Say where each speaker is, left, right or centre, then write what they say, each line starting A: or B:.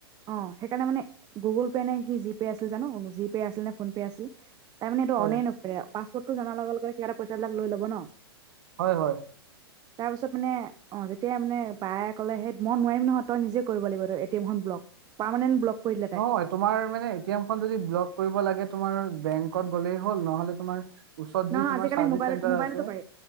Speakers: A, on the right; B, on the right.
A: অ' সেইকাৰণে মানে গুগ'ল পে নে কি জিপে' আছিল জানো জিপে আছিল নে ফোন পে' আছিল তাৰমানে এইটো
B: হয়,
A: অ'নেই নকৰিলে, পাছওৱৰ্ড জনাৰ লগে লগে সিহ'তে পইচাবিলাক লৈ ল'ব ন?
B: হয়, হয়।
A: তাৰপাছত মানে অঁ যেতিয়াই মানে বায়ে ক'লে সেই মই নোৱাৰিম নহয় তই নিজে কৰিব লাগিব তই এ টি এমখন ব্লক। পাৰ্মেণ্ট ব্লক কৰি দিলে
B: নহয়
A: তাইক।
B: তোমাৰ মানে এ টি এম খন যদি ব্লক কৰিব লাগে তোমাৰ বেংকত গ'লেই হ'ল, নহলে তোমাৰ ওচৰত
A: নহয়
B: যি
A: নহয়
B: তোমাৰ
A: আজিকালি
B: চাৰ্ভিচ
A: মোবাইলত
B: চেণ্টাৰ
A: মোবাইলতো
B: আছে
A: পাৰি